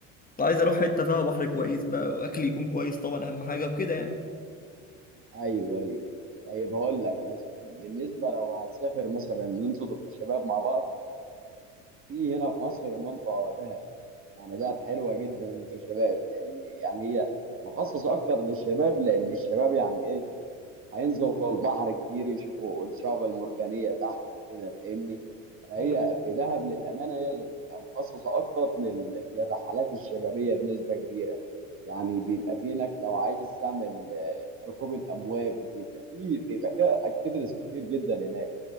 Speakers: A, on the left; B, on the right.
A: فعايز اروح حته فيها بحر كويس بقى واكل يكون كويس طبعا اهم حاجه وكده يعني
B: ايوه ايوه طيب هقول لك مثلا بالنسبه لو هتسافر مثلا ان انتوا تبقى شباب مع بعض في هنا في مصر منطقه دهب يعني دهب حلوه جدا كشباب لان يعني هي مخصصه اكتر للشباب لان الشباب يعني ايه هينزلوا البحر كتير يشوفوا الشعب المرجانية تحت كده فاهمني فهي
A: امم
B: في دهب للأمانة هي اللي بتبقى مخصصة أكتر لل... للرحلات الشبابية بنسبة كبيرة يعني بيبقى في هناك لو عايز تعمل آه، ركوب الأمواج بيبقى في بيبقى فيها أكتيفيتيز كتير جدا هناك